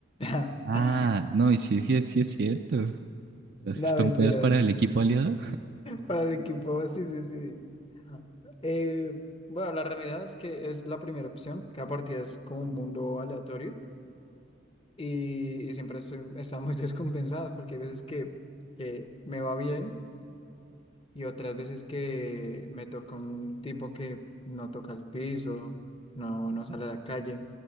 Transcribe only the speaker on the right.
Ah, no, y sí, sí, es- sí es cierto. Las
estompeas
para el equipo aliado.